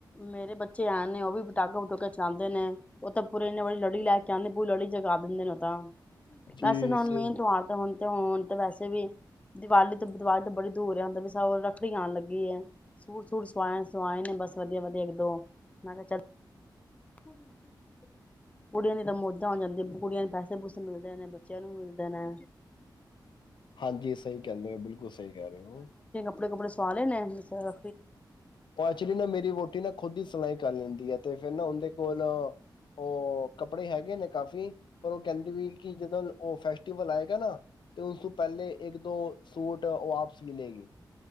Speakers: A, on the left; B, on the left.
A: ਮੇਰੇ ਬੱਚੇ ਐਨ ਨੇ ਉਹ ਵੀ ਬਟਾਕਾ ਬਟੂਕਾ ਚ ਜਾਂਦੇ ਨੇ ਉਹ ਤਾਂ ਪੂਰੀ ਇੰਨੀ ਬੜੀ ਲੜੀ ਲੈ ਕੇ ਆਂਦੇ ਪੂਰੀ ਲੜੀ ਜਗਾ ਦਿੰਦੇ ਨੇ ਉਹ ਤਾਂ।
B: ਜੀ
A: ਮੈਸਜ ਮੀਂ
B: ਸਹੀ
A: ਨੌਟ ਆਰ ਦਾ ਵੰਨ। ਤੇ ਹੁਣ ਤੇ ਵੈਸੇ ਵੀ ਦੀਵਾਲੀ ਤੋਂ ਦੀਵਾਲੀ ਤੋਂ ਬੜੀ ਦੂਰ ਰਿਹਾ ਹੁੰਦਾ ਵੀ ਸ ਰੱਖੜੀ ਆਉਣ ਲੱਗੀ ਹੈ ਸੂਟ ਸੂਟ ਸਵਾਏ- ਸਵਾਏ ਨੇ ਬਸ ਵਧੀਆ- ਵਧੀਆ ਇੱਕ ਦੋ ਮੈਂ ਕਿਹਾ ਚੱਲ <unintelligible> ਕੁੜੀਆਂ ਦੀਆਂ ਤਾਂ ਮੌਜਾਂ ਹੋ ਜਾਂਦੀਆਂ ਨੇ ਕੁੜੀਆਂ ਦੇ ਪੈਸੇ ਪੂਸੇ ਮਿਲਦੇ ਨੇ ਬੱਚਿਆਂ ਨੂੰ ਮਿਲਦੇ ਨੇ।
B: ਹਾਂਜੀ ਸਹੀ ਕਹਿੰਦੇ ਹੋ ਬਿਲਕੁਲ ਸਹੀ ਕਹਿ ਰਹੇ ਹੋ।
A: ਕਪੜੇ-ਕੁਪੜੇ ਸੁਆਲੇ ਨੇ ਫਿਰ।
B: ਉਹ ਐਕਚੁਲੀ ਨਾ ਮੇਰੀ ਵਹੁਟੀ ਨਾ ਖੁਦ ਦੀ ਸਿਲਾਈ ਕਰ ਲੈਂਦੀ ਹੈ ਤੇ ਫਿਰ ਨਾ ਉਹਦੇ ਕੋਲ ਉਹ ਕੱਪੜੇ ਹੈਗੇ ਨੇ ਕਾਫੀ। ਪਰ ਉਹ ਕਹਿੰਦੀ ਵੀ ਕਿ ਜਦੋਂ ਉਹ ਫੈਸ ਤੇ ਉਹ ਬੁਲਾਏਗਾ ਨਾ ਤੇ ਉਸ ਤੋਂ ਪਹਿਲੇ ਇੱਕ ਦੋ ਸੂਟ ਉਹ ਆਪ ਸੀਅ ਲਏਗੀ।